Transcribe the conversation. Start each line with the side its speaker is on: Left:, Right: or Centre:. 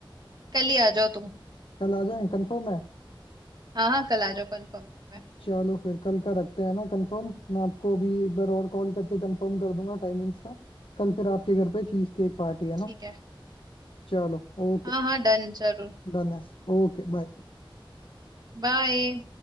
Right: कल ही आ जाओ तुम
Left: कल आ जाएं कंफर्म है
Right: हाँ हाँ कल आ जाओ कंफर्म है
Left: चलो फिर कल का रखते हैं ना कंफर्म मैं आपको अभी एक बार और कॉल करके कंफर्म कर दूंगा टाइमिंग्स का कल फिर आपके घर पे चीज केक पार्टी है
Right: ठीक
Left: ना
Right: है
Left: चलो ओके
Right: हाँ हाँ डन जरूर
Left: डन है Okay bye
Right: बाय